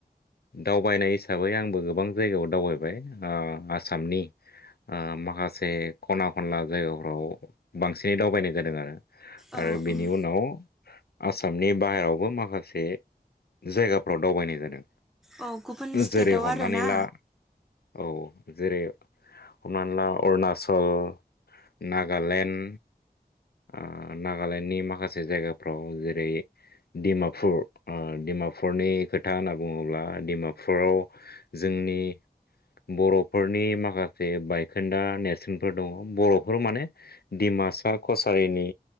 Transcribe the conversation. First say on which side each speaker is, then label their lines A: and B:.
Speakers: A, on the left; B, in the centre.
A: दावबायनाय हिसाबै आंबो गोबां जायगायाव दावबायबाय ओ आसामनि ओ माखासे ख'ना ख'नला जायगाफ्राव बांसिनै दावबायनाय जादों आरो।
B: औ
A: आरो बिनि
B: ओं
A: उनाव आसामनि बाहेरायाव बो माखासे जायगाफ्राव दावबायनाय जादों।
B: औ गुबुन स्टेटआव
A: जेरै हमनानै
B: आरो ना।
A: ला औ जेरै हमना ला अरुणाचल, नागालेण्ड आ नागालेण्डनि माखासे जायगाफ्राव जेरै डिमापुर ओ डिमापुरनि खोथा होनना बुंङोब्ला डिमापुराव जोंनि बर'फोरनि माखासे बायखोन्दा नेरसोनफोर दंङ बर'फोर माने दिडिमासा कसारिनि